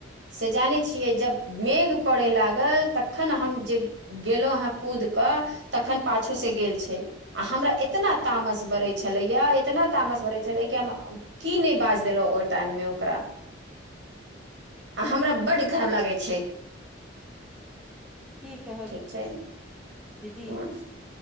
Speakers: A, on the right; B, in the centre.
A: से जानै छियै जब मेघ पड़य लागल तखन हम जे गेलहुँ हाँ कूद कऽ तखन पाछू से गेल छै आ हमरा एतना तामस बड़ै छलैया इतना तामस भरै छलै कि हम की नहि बाज देलहुं ओहि टाइम मे ओकरा आ हमरा बड खराब लागै छै
B: की कहब
A: ठीक छै
B: दीदी
A: हँ।